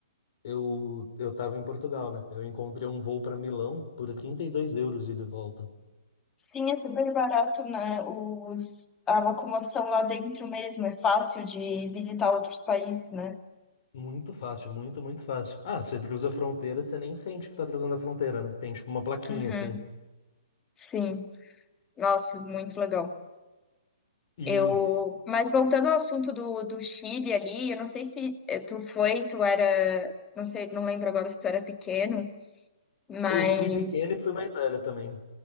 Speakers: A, on the left; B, on the left.
A: Eu, eu tava em Portugal, né? Eu encontrei um voo pra Milão por 32 euros ida e de volta.
B: Sim, é super barato, né? Os, a locomoção lá dentro mesmo é fácil de visitar outros países, né?
A: Muito fácil, muito, muito fácil. Ah, você cruza a fronteira, você nem sente que tá cruzando a fronteira, né? Tem tipo uma plaquinha
B: Uhum,
A: assim.
B: sim, nossa, muito legal.
A: E
B: Eu, mas voltando ao assunto do, do Chile ali, eu não sei se eh, tu foi, tu era, não sei, não lembro agora se tu era pequeno, mas
A: eu fui pequeno e fui mais velha também.